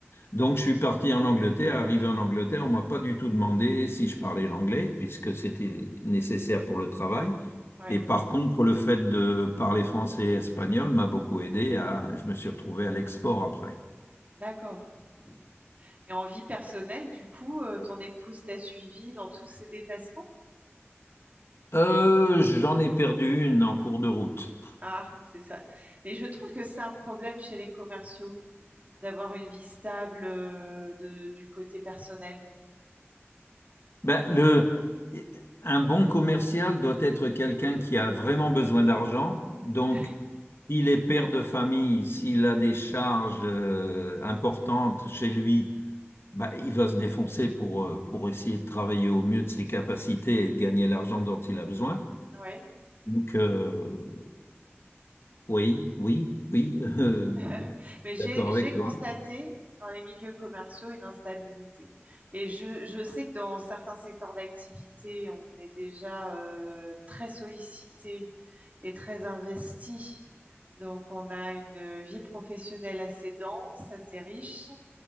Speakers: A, on the left; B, on the right.
A: Donc, je suis parti en Angleterre. Arrivé en Angleterre, on m'a pas du tout demandé si je parlais l'anglais, puisque c'était nécessaire pour le travail.
B: Oui,
A: Et par contre, le fait de parler français et espagnol m'a beaucoup aidé à, je me suis retrouvé à l'export après.
B: d'accord. Mhm. Et en vie personnelle, du coup, euh, ton épouse t'a suivi dans tous ses déplacements?
A: Euh, j'en ai perdu une en cours de route.
B: Ah, c'est ça. Mais je trouve que c'est un problème chez les commerciaux d'avoir une vie stable euh, de- du côté personnel.
A: Ben, le, un bon commercial doit être quelqu'un qui a vraiment besoin d'argent. Donc,
B: <laughs>
A: s'il est père de famille, s'il a des charges euh, importantes chez lui, bah, il va se défoncer pour, euh, pour essayer de travailler au mieux de ses capacités et de gagner l'argent dont il a besoin.
B: Oui.
A: Donc, euh, oui, oui, oui, <laughs> euh,
B: <laughs> Mais j'ai,
A: d'accord
B: j'ai
A: avec toi.
B: constaté dans les milieux commerciaux une instabilité. Et je, je sais que dans certains secteurs d'activité, on est déjà euh, très sollicité et très investi. Donc, on a une vie professionnelle assez dense, assez riche,